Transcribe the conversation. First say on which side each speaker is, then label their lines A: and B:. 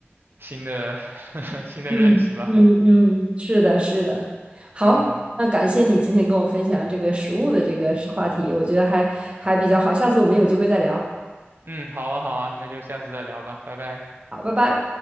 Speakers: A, on the right (about 55°); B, on the right (about 25°).
A: 新的 <laughs> 新的认识吧。
B: 嗯嗯嗯，是的，是的。好，
A: 嗯
B: 那感谢你今天跟我分享这个食物的这个是话题，我觉得还还比较好。下次我们有机会再聊。
A: 嗯，好啊好啊，那就下次再聊吧，拜拜。
B: 好，拜拜。